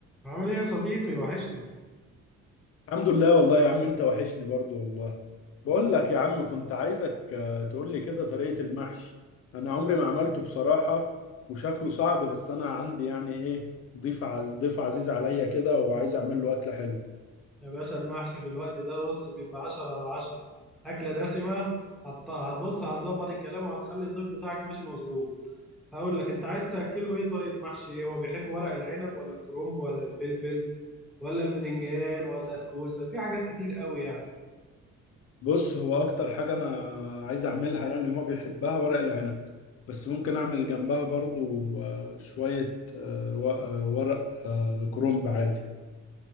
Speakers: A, in the centre; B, on the left.
A: عامل ايه يا صديقي وحشني
B: الحمد لله والله يا عم انت وحشني برضو والله بقول لك يا عم كنت عايزك آه، تقول لي كده طريقة المحشي انا عمري ما عملته بصراحة وشكله صعب بس انا عندي يعني ايه ضيف عز... ضيف عزيز عليا كده وعايز اعمل له اكلة حلوه
A: يا باشا المحشي في الوقت ده بص بيبقى 10 على 10 أكلة دسمة هت- هتبص هتظبط الكلام وهتخلي الضيف بتاعك ماشي مظبوط هقول لك انت عايز تأكله ايه طيب محشي ايه هو بيحب ورق العنب ولا الكرنب ولا الفلفل ولا البدنجان ولا الكوسة في حاجات كتير قوي يعني
B: بص هو اكتر حاجة انا عايز اعملها يعني هو بيحبها ورق العنب بس ممكن اعمل جنبها برضو آه، شوية آه، و- آه، ورق آه، كرنب عادي